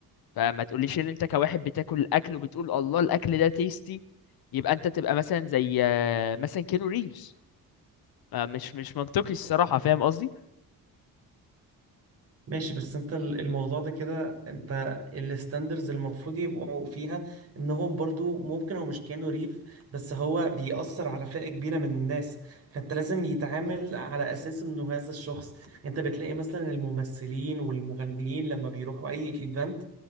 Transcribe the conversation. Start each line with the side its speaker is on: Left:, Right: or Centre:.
Left: فما تقوليش ان انت كواحد بتاكل الاكل وبتقول الله الاكل ده تيستي يبقى انت تبقى مثلا زي آه، مثلا كينو ريفز آه، مش مش منطقي الصراحة فاهم قصدي
Right: ماشي بس انت ال- الموضوع ده كده انت الستاندرز المفروض يبقوا فيها انهم برضو ممكن او مش كانوا ريف بس هو بيأثر على فئة كبيرة من الناس فانت لازم يتعامل على اساس انه هذا الشخص انت بتلاقي مثلا الممثلين والمغنيين لما بيروحوا اي ايفنت